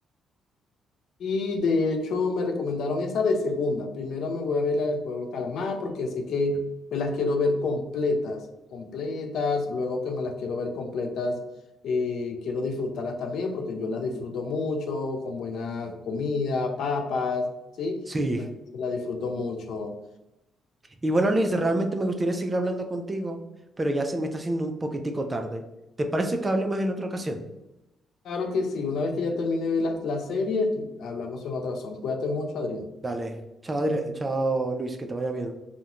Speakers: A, on the left (about 70°); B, on the right (about 20°).
A: Y de hecho me recomendaron esa de segunda. Primero me voy a ver la del juego del calamar porque sé que me las quiero ver completas, completas. Luego que me las quiero ver completas, eh, quiero disfrutarlas también porque yo las disfruto mucho, con buena comida, papas, ¿sí?
B: Sí.
A: Entonces las disfruto mucho.
B: Y bueno, Luis, realmente me gustaría seguir hablando contigo, pero ya se me está haciendo un poquitico tarde. ¿Te parece que hablemos en otra ocasión?
A: Claro que sí, una vez que ya termine de ver las, las series, hablamos en otra razón. Cuídate mucho, Adrián.
B: Dale, chao, Adri- chao Luis, que te vaya bien.